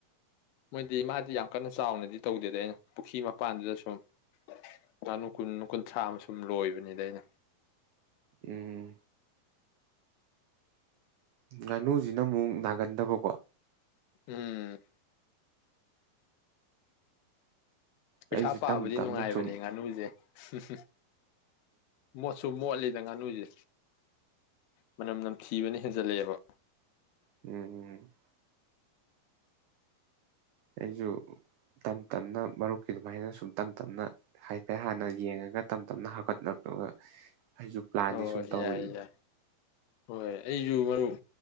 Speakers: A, on the left; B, on the right.
A: ꯃꯣꯏꯗꯤ ꯃꯥꯗꯤ ꯌꯥꯝ ꯀꯟꯅ ꯆꯥꯎꯅꯗꯤ ꯇꯧꯗꯦꯗ ꯑꯩꯅ ꯄꯨꯈ꯭ꯔꯤ ꯃꯄꯥꯟꯗꯨꯗ ꯁꯨꯝ ꯉꯥꯅꯨ ꯀꯨꯟ ꯀꯨꯟꯊ꯭ꯔꯥ ꯑꯃ ꯁꯨꯝ ꯂꯣꯏꯕꯅꯤꯗ ꯑꯩꯅ
B: ꯎꯝ ꯉꯥꯅꯨꯁꯤꯅ ꯑꯃꯨꯛ ꯅꯥꯒꯟꯗꯕꯀꯣ
A: ꯎꯝ ꯄꯩꯊꯥ
B: ꯑꯩꯁꯨ
A: ꯄꯥꯕꯗꯤ
B: ꯇꯞ ꯇꯞꯅ
A: ꯅꯨꯡꯉꯥꯏꯕꯅꯦ
B: ꯁꯨꯝ
A: ꯉꯥꯅꯨꯁꯦ ꯁꯤꯁꯤꯦ ꯃꯣꯠꯁꯨ ꯃꯣꯠꯂꯤꯗ ꯉꯥꯅꯨꯁꯦ ꯃꯅꯝ ꯅꯝꯊꯤꯕꯅ ꯍꯦꯟꯖꯜꯂꯛꯑꯦꯕ
B: ꯎꯝ ꯎꯝ ꯑꯩꯁꯨ ꯇꯞ ꯇꯞꯅ ꯃꯔꯨꯞꯀꯤ ꯑꯗꯨꯃꯥꯏꯅ ꯁꯨꯝ ꯇꯞ ꯇꯞꯅ ꯍꯥꯏꯐꯦꯠ ꯍꯥꯟꯅ ꯌꯦꯡꯉꯒ ꯇꯞ ꯇꯞꯅ ꯍꯥꯞꯀꯠꯅꯔꯒ ꯑꯩꯁꯨ ꯄ꯭ꯂꯥꯟꯗꯤ
A: ꯍꯣꯏ
B: ꯁꯨꯝ ꯇꯧꯔꯤꯌꯦ
A: ꯌꯥꯏ ꯌꯥꯏ ꯍꯣꯏ ꯑꯩꯁꯨ ꯃꯔꯨꯞ